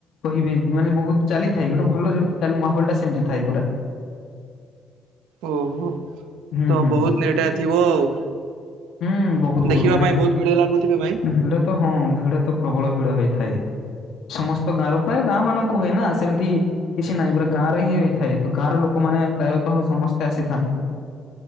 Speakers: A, on the left; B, on the right.
A: କହିବେ ମାନେ ବହୁତ ଚାଲିଥାଏ ଗୋଟେ ଭଲ ମାହୋଲ ଟା ସେମିତି ଥାଏ ପୁରା।
B: ଓହୋ।
A: ହୁଁ,
B: ତ
A: ହୁଁ,
B: ବହୁତ
A: ହୁଁ,
B: ନିଟା ଥିବ ଆଉ
A: ହୁଁ, ବହୁତ ବହୁତ
B: ଦେଖିବା
A: ମାନେ
B: ପାଇଁ ବହୁତ ଭିଡ ଲାଗୁଥିବେ ଭାଇ?
A: ଭିଡ଼ ତ ହଁ ଭିଡ ତ ପ୍ରବଳ ଭିଡ ହେଇଥାଏ। ସମସ୍ତ ଗାଁର ପ୍ରାୟ ଗାଁ ମାନଙ୍କୁ ହୁଏ ନା ସେମିତି। କିଛି ନାହିଁ ପୁରା ଗାଁ ରେ ହିଁ ହେଇଥାଏ ତ ଗାଁର ଲୋକମାନେ ପ୍ରାୟତଃ ସମସ୍ତେ ଆସିଥାନ୍ତି।